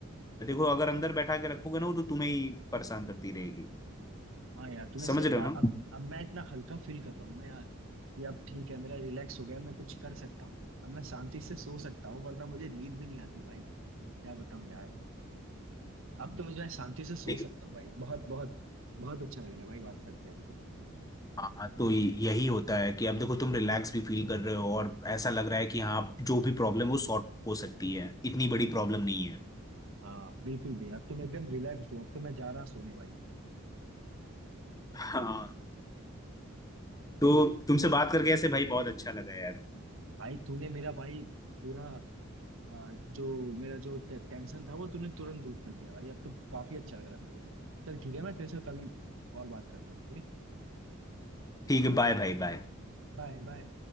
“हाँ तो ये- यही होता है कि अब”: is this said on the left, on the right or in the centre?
Left